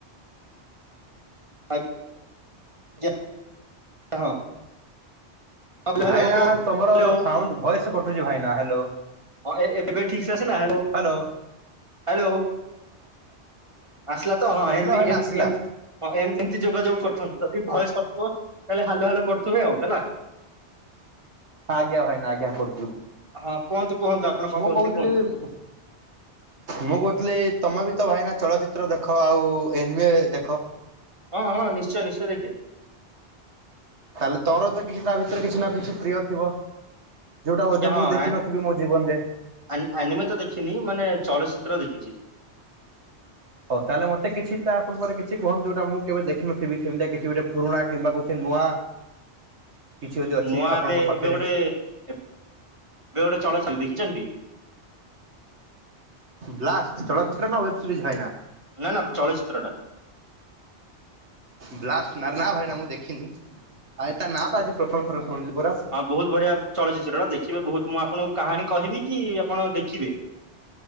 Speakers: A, on the right; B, on the right.
A: ଆଜ୍ଞା ହଁ। ହ୍ୟାଲୋ
B: ଭାଇନା
A: ହ୍ୟାଲୋ ହ୍ୟାଲୋ
B: ତମର
A: ହ୍ୟାଲୋ
B: ସାଉଣ୍ଡ ଭଏସ୍ କଟୁଚି ଭାଇନା ହାଲୋ।
A: ହଁ ଏ ଏ ଏବେ ଠିକିସେ ଆସିଲା ହାଲୋ
B: ହାଲୋ।
A: ହାଲୋ ଆସିଲାତ ହଁ
B: ଆସିଲା
A: ଏମିତି
B: ଭାଇନା
A: ଏମିତି
B: ଆସିଲା।
A: ଏମିତି ହଁ ଏମିତି ଏମିତି ଯୋଗାଯୋଗ କରିଥାନ୍ତୁ ଯଦି ଭୟସ୍ କଟୁଥିବ ତାହେଲେ ହାଲୋ ହାଲୋ କରୁଥିବେ ଆଉ ହେଲା।
B: ଆଜ୍ଞା ଭାଇନା ଆଜ୍ଞା କରୁ
A: ହଁ କୁହନ୍ତୁ କୁହନ୍ତୁ ଆପଣଙ୍କ କଣ କଉଥିଲେ
B: କହୁଥିଲି
A: କୁହନ୍ତୁ।
B: ମୁଁ କହୁଥିଲି ତମେବିତ ଭାଇନା ଚଳଚିତ୍ର ଦେଖ ଆଉ ଏନିୱ ଦେଖ?
A: ହଁ ହଁ ନିଶ୍ଚୟ ନିଶ୍ଚୟ ଦେଖେ।
B: ତାହେଲେ ତୋରତ କିଛି ତାଭିତରେ କିଛିନା କିଛି ପ୍ରିୟ ଥିବ? ଯୋଉଟା ବୋଧ
A: ଆଜ୍ଞା ହଁ
B: ମୁଦେଖିନଥିବି
A: ଆ-
B: ମୋଜୀବନରେ।
A: ଆନି ଆନିୱତ ଦେଖିନି ମାନେ ଚଳଚିତ୍ର ଦେଖିଚି।
B: ହଉ ତାହେଲେ ମତେ କିଛିତା ସମ୍ପର୍କ କିଛି କୁହନ୍ତୁ ଯୋଉଟା ମୁକେବେ ଦେଖିନଥିବି ସେମିତି କିଛି ଗୋଟେ ପୁରୁଣା କିମ୍ବା କିଛି ନୂଆ
A: <inaudible>
B: କିଛି ଯଦି ଅଛି
A: ନୂଆ
B: ଆପଣଙ୍କ
A: ଏବେ ଏବେ
B: ପାଖରେ।
A: ଗୋଟେ ଏବେ ଗୋଟେ ଚଳଚ୍ଚିତ୍ର ଦେଖିଚନ୍ତି।
B: ବ୍ଲାଷ୍ଟ ଚଳଚ୍ଚିତ୍ରନା ୱେବସ୍ପିଜ୍ ଭାଇନା।
A: ନାଁ ନାଁ ଚଳଚିତ୍ରଟା।
B: ବ୍ଲାଷ୍ଟ ରା ନାଁ ଭାଇନା ମୁଁ ଦେଖିନି। ଆରେତା ନାପା ଆଜି ପ୍ରଥମ ଥର ଶୁଣିଲି ପରା।
A: ବହୁତ୍ ବଢ଼ିଆ ଚଳଚିତ୍ରର ଦେଖିବେ ବହୁତ୍ ମୁଁ ଆପଣଙ୍କୁ କାହାଣୀ କହିବିକି ଆପଣ ଦେଖିବେ?